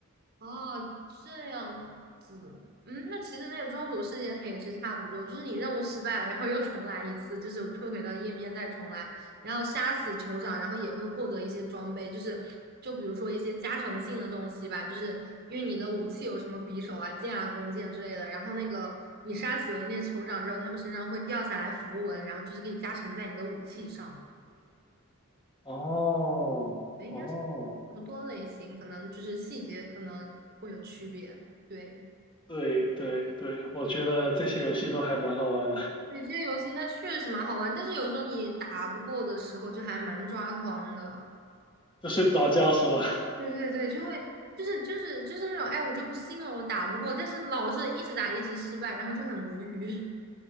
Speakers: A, on the right; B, on the left.
A: 哦，这样子，嗯，那其实那个中途世界它也是差不多，就是你任务失败了，然后又重来一次，就是退回到页面再重来，然后杀死酋长，然后也会获得一些装备，就是就比如说一些加成性的东西吧，就是因为你的武器有什么匕首啊、剑啊、弓箭之类的，然后那个你杀死了那些酋长之后，他们身上会掉下来符文，然后就是可以加成在你的武器上，
B: <laughs> 哦哦，
A: 应该是差不多类型，可能就是细节可能会有区别，对。
B: 对对对，我觉得这些游戏都还蛮好玩的，
A: 对，这些游戏它确实蛮好玩，但是有时候你打不过的时候就还蛮抓狂的。
B: 就睡不着觉是吧？<laughs>
A: 对对对，就会就是就是就是那种，哎，我就不信了，我打不过，但是老是一直打一直失败，然后就很无语。